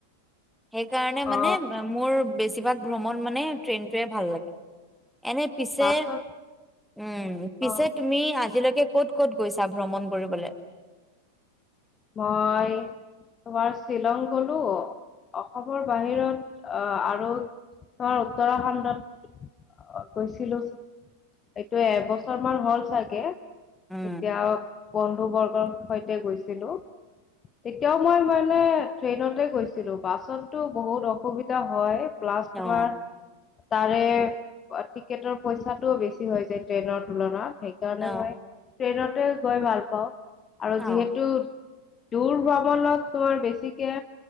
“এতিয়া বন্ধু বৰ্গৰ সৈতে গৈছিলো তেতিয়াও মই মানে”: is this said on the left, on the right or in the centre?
Left